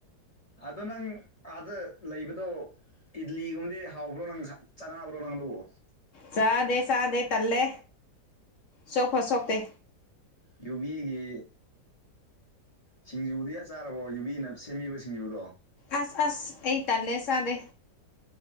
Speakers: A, on the left; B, on the left.
A: ꯑꯗꯣ ꯅꯪ ꯑꯥꯗ ꯂꯩꯕꯗꯣ ꯏꯗꯂꯤꯒꯨꯝꯕꯗꯤ ꯍꯥꯎꯕ꯭ꯔꯣ ꯅꯪ ꯆꯥꯅꯕ꯭ꯔꯣ ꯅꯪꯗꯨꯕꯣ
B: ꯆꯥꯗꯦ ꯆꯥꯗꯦ ꯇꯜꯂꯦ ꯁꯣꯛꯄꯨ ꯁꯣꯛꯇꯦ
A: ꯌꯨꯕꯤꯒꯤ ꯁꯤꯡꯖꯨꯗꯤ ꯆꯥꯔꯕꯣ ꯌꯨꯕꯤꯅ ꯁꯦꯝꯕꯤꯕ ꯁꯤꯡꯖꯨꯗꯣ
B: ꯑꯁ ꯑꯁ ꯑꯩ ꯇꯜꯂꯦ ꯆꯥꯗꯦ